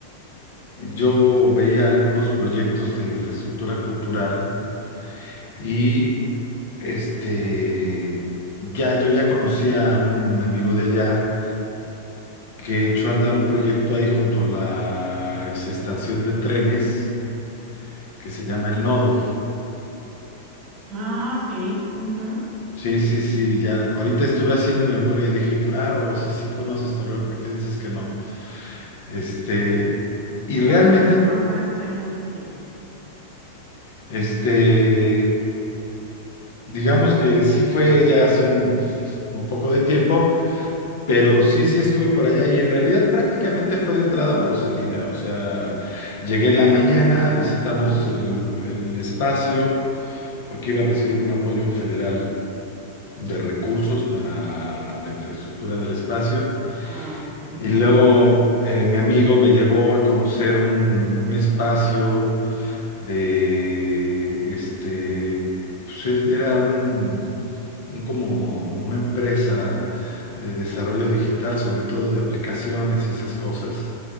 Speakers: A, on the left; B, on the right.
A: yo veía algunos proyectos de infraestructura cultural y este, ya yo ya conocía a un amigo de allá que echó a andar un proyecto ahí junto a la exestación de trenes que se llama El Nodo.
B: Ah, sí, ujú,
A: Sí, sí, sí, ya. Ahorita estuve haciendo memoria y dije, claro, si sí conoces Torreón, ¿por qué dices que no? Este, y realmente,
B: Porque a lo mejor fue hace mucho tiempo.
A: este, digamos que sí fue ya hace un, un poco de tiempo, pero sí, sí estuve por allá y en realidad prácticamente fue de entrada por salida. O sea, llegué en la mañana, visitamos el, el espacio porque iba a recibir un apoyo federal de recursos para la infraestructura del espacio
B: Ah, ok.
A: Y luego eh, mi amigo me llevó a conocer un, un espacio de, este, pues, es- era un, un como una empresa de desarrollo digital, sobre todo de aplicaciones y esas cosas,